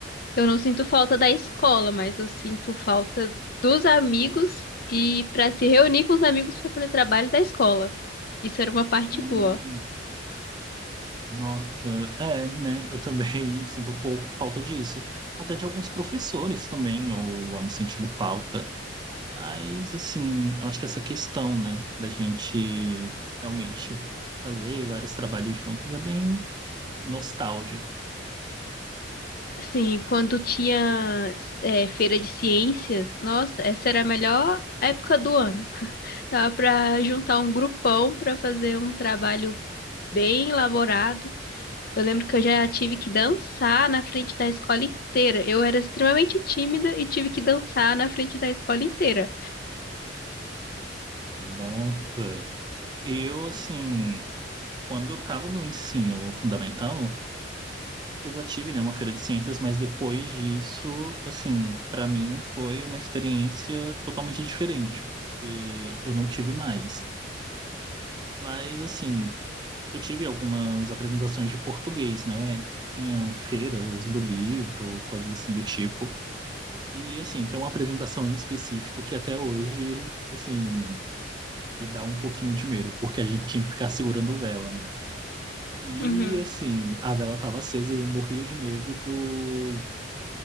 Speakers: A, on the left; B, on the right.
A: eu não sinto falta da escola, mas eu sinto falta dos amigos e pra se reunir com os amigos pra fazer trabalho da escola. Isso era uma parte
B: Hum,
A: boa.
B: Nossa, é, né? Eu também <laughs> sinto um pouco falta disso. Até de alguns professores também, eu ando sentindo falta. Mas, assim, eu acho que essa questão, né, da gente realmente fazer vários trabalhos juntos é bem nostálgico.
A: Sim, quando tinha é, feira de ciências, nossa, essa era a melhor época do ano. Dava pra juntar um grupão pra fazer um trabalho bem elaborado. Eu lembro que eu já tive que dançar na frente da escola inteira. Eu era extremamente tímida e tive que dançar na frente da escola inteira.
B: Nossa, eu, assim, quando eu estava no ensino fundamental, eu já tive, né, uma feira de ciências, mas depois disso, assim, para mim foi uma experiência totalmente diferente, e eu não tive mais. Mas, assim, Eu tive algumas apresentações de português, né? Tinham feiras do livro, coisas assim do tipo. E, assim, tem uma apresentação em específico que até hoje, assim, me dá um pouquinho de medo, porque a gente tinha que ficar segurando vela, né? E,
A: Uhum,
B: assim, a vela estava acesa e eu morria de medo do,